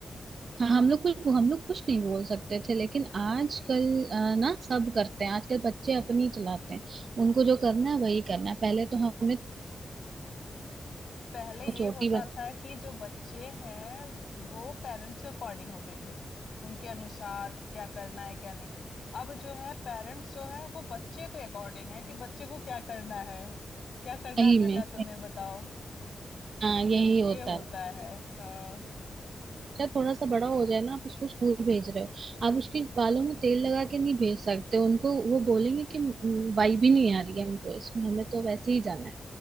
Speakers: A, on the right; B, on the left.
A: हाँ हम लोग कुछ हम लोग कुछ नहीं बोल सकते थे लेकिन आजकल अ, ना सब करते हैं आजकल बच्चे अपनी चलाते हैं उनको जो करना है वही करना है पहले तो हमें
B: पहले ये
A: चोटी
B: होता
A: बन
B: था कि जो बच्चे हैं वो पेरेंट्स के अकॉर्डिंग होते थे उनके अनुसार कि क्या करना है क्या नहीं अब जो है पेरेंट्स जो है वो बच्चे के अकॉर्डिंग है कि बच्चे को क्या करना है क्या करना
A: यही
B: है बेटा
A: में
B: तुम्हें बताओ
A: हाँ यही
B: ये
A: होता
B: ये होता
A: है
B: है हाँ
A: बच्चा थोड़ा सा बड़ा हो जाए ना आप उसको स्कूल भेज रहे हो आप उसके बालों में तेल लगा के नहीं भेज सकते उनको वो बोलेंगे कि बाई भी नहीं आ रही है हमको इसमें हमें तो वैसे ही जाना है